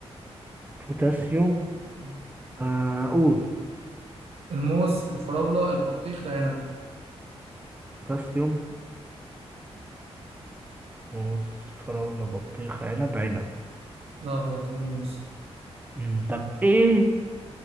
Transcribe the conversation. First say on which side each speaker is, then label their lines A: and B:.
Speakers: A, on the right; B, on the right.
A: بوتاسيوم
B: مم.
A: آه، قول
B: الموز الفراولة البطيخ العنب
A: بوتاسيوم موز فراولة بطيخ عنب عنب
B: لا غلط الموز
A: مم، طب ايه